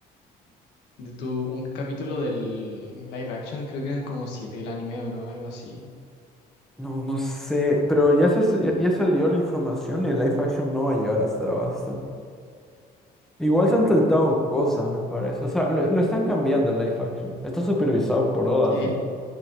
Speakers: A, on the left (about 85°); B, in the centre.
A: de tu, un capítulo del live action creo que eran como siete del anime o no, algo así.
B: No, no sé. Pero ya, se, ya, ya salió la información y el live action no va a llegar hasta Arabasta. Igual
A: Po.
B: se han saltado cosas, me parece. O sea, lo, lo están cambiando el live action. Está supervisado por Oda,
A: Es que
B: así que